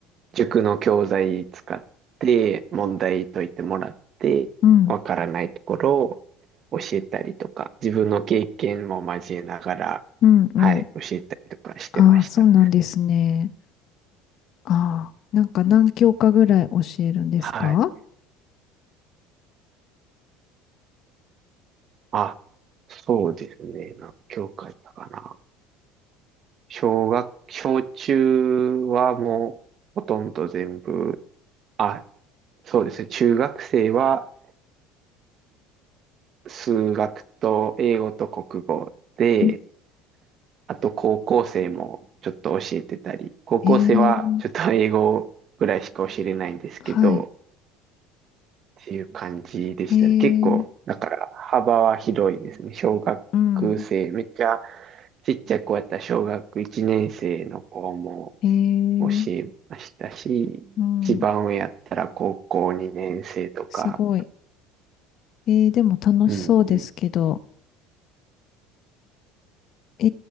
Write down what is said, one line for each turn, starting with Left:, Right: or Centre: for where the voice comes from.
Right: 塾の教材使って問題解いてもらって、
Left: うん、
Right: わからないところを教えたりとか、自分の経験も交えながら、
Left: うん、うん。
Right: はい、教えたりとかしてました。
Left: ああ、そうなんですね。ああ、なんか何教科ぐらい教えるんですか
Right: はい。あ、そうですね。何教科だったかな。小学、小中はもうほとんど全部、あ、そうですね。中学生は数学と英語と国語で、
Left: うん
Right: あと高校生もちょっと教えてたり、高校生はちょっと英語ぐらいしか教えれないんですけど、
Left: ええ、はい。
Right: っていう感じでしたね。
Left: えー、
Right: 結構、だから幅は広いですね。小学
Left: うん。
Right: 生、めっちゃちっちゃくやった小学1年生の子も
Left: へえ、
Right: 教えましたし、
Left: うん。
Right: 一番上やったら高校2年生とか、
Left: すごい。えー、でも楽しそうですけど。
Right: うんうん。
Left: え